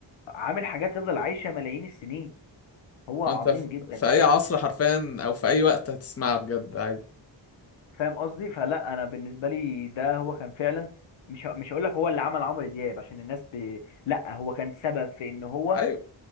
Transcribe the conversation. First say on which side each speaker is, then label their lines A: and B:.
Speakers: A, on the left; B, on the left.
A: عامل حاجات تفضل عايشة ملايين السنين هو عظيم
B: انت في...
A: جدا
B: في اي عصر حرفيا او في اي وقت هتسمعها بجد عادي
A: فاهم قصدي فلا انا بالنسبة لي ده هو كان فعلا مش ه- مش هقول لك هو اللي عمل عمرو دياب عشان الناس ب... لا هو كان سبب في ان هو
B: ايوه